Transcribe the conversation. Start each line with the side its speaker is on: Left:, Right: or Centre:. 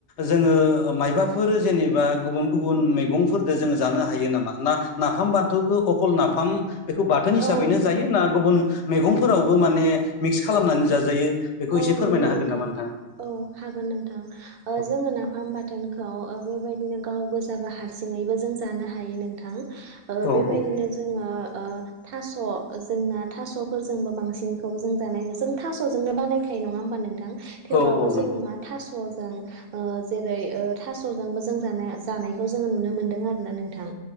Left: जोङो मायबाफोर जेनेबा गुबुन गुबुन मैगंफोर फोरदो जों जानो हायो नामा ना नाफाम बाथौखौ अ खल नाफाम बेखौ बाथोन हिसाबैनो
Right: औ
Left: जायो ना गुबुन मैगंफोरावबो माने मिक्स खालामनानै जाजायो बेखौ
Right: औ
Left: एसे
Right: नंगौ
Left: फोरमायना
Right: नोंथां
Left: होगोन नामा नोंथाङा
Right: औ हागोन नोंथां
Left: औ
Right: जोङो नाफाम बाथोनखौ बेबायदिनो गाव गोजाबो हारसिङैबो जों जानो हायो नोंथां ओ
Left: औ
Right: बेबायदिनो जोङो ओ थास' जोंना थास'फोरजोंबो बांसिनखौ जों जानायो जों थास'जोंनो बानाय खायो नङा होमबा नोंथां थेवबाबो
Left: औ औ
Right: जों
Left: नंगौ
Right: मा थास'जों ओ जेरै ओ थास'जोंबो जों जानाय जानाय खौ जोङो नुनो मोनदों आरोना नोंथां